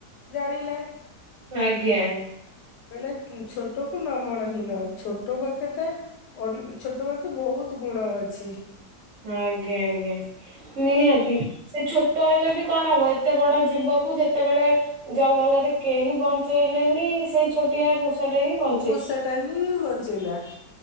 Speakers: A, on the left; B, on the right.
A: ଜାଣିଲା।
B: ଆଜ୍ଞା।
A: କଇଲା ଛୋଟ କୁ ନମଣ ହିଁନ ଛୋଟ ପାଖେ ଥାଏ ଅନ ଛୋଟ ପାଖେ ବହୁତ ଗୁଣ ଅଛି।
B: ଆଜ୍ଞା ଆଜ୍ଞା। ନିହାତି ସେ ଛୋଟ ହେଲେ ବି କଣ ହବ ଏତେ ବଡ ଜୀବକୁ ଯେତେବେଳେ ଜଙ୍ଗଲରେ କେହି ବଞ୍ଚେଇଲେନି ସେଇ ଛୋଟିଆ ମୁ ସା ଟେ ବ
A: ମୂଷା ଟା ହିଁ ବଞ୍ଚେଇଲା